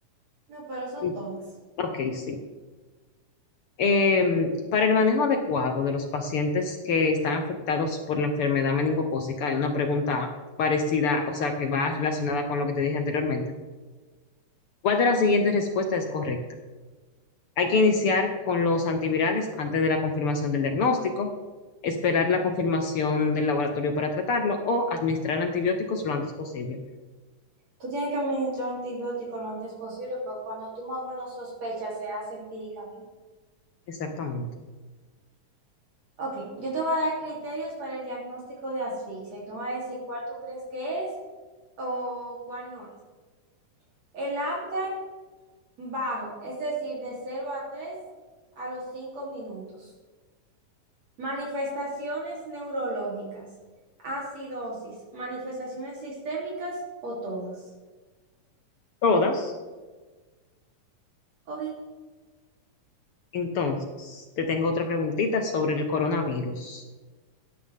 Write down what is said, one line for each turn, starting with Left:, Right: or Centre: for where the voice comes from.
Right: no, pero son
Left: <laughs>
Right: todas.
Left: Ok, sí. Eh, para el manejo adecuado de los pacientes que están afectados por la enfermedad meningocócica, hay una pregunta parecida, o sea, que va relacionada con lo que te dije anteriormente. ¿Cuál de las siguientes respuestas es correcta? Hay que iniciar con los antivirales antes de la confirmación del diagnóstico, esperar la confirmación del laboratorio para tratarlo o administrar antibióticos lo antes posible.
Right: Tú tienes que administrar antibióticos lo antes posible, pero cuando tú más o menos sospechas, se hace empíricamente.
Left: Exactamente.
Right: Ok, yo te voy a dar criterios para el diagnóstico de asfixia y tú me vas a decir cuál tú crees que es o cuál no es. El Apgar bajo, es decir, de 0 a 3 a los 5 minutos. Manifestaciones neurológicas, acidosis, manifestaciones sistémicas o todas.
Left: Todas.
Right: Obi,
Left: Entonces, te tengo otra preguntita sobre el coronavirus.